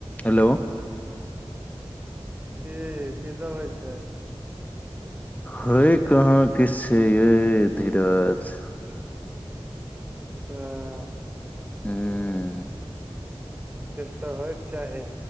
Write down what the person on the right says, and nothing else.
कि की सब होइ छै
<unintelligible> सेह
किछु तऽ होयके चाही